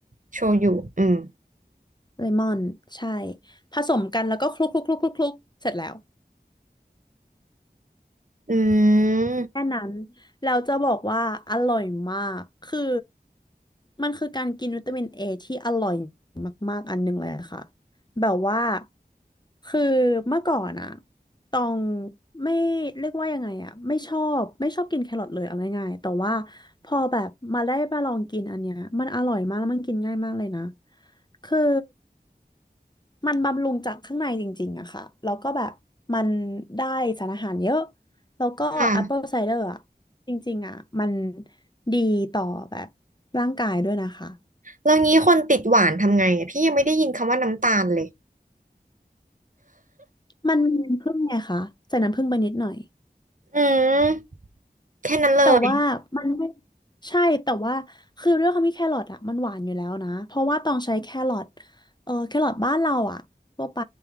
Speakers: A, on the right; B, on the left.
A: โชยุอืม
B: เลมอนใช่ผสมกันแล้วก็คลุกคลุกคลุกคลุกคลุกเสร็จแล้ว
A: อืม
B: แค่นั้นเราจะบอกว่าอร่อยมากคือมันคือการกินวิตามินเอที่อร่อย อันหนึ่งเลยค่ะแบบว่าคือเมื่อก่อนอะตองไม่เรียกว่ายังไงอะไม่ชอบไม่ชอบกินแครอทเลยเอาง่ายๆแต่ว่าพอแบบมาได้มาลองกินอันเนี้ยมันอร่อยมากแล้วมันกินง่ายมากเลยนะคือมันบำรุงจากข้างในจริงๆอะค่ะแล้วก็แบบมันได้สารอาหารเยอะแล้วก็แอปเปิลไซเดอร์อะ
A: ค่ะ
B: จริงๆอะมันดีต่อแบบร่างกายด้วยนะคะ
A: แล้วงี้คนติดหวานทำไงอะพี่ยังไม่ได้ยินคำว่าน้ำตาลเลย
B: มันมีน้ำผึ้งไงคะใส่น้ำผึ้งไปนิดหน่อย
A: อืม แค่นั้นเลย
B: แต่ว่ามันไม่ใช่แต่ว่าคือด้วยความที่แครอทอ่ะมันหวานอยู่แล้วนะเพราะว่าต้องใช้แครอทเออแครอทบ้านเราอ่ะทั่วไป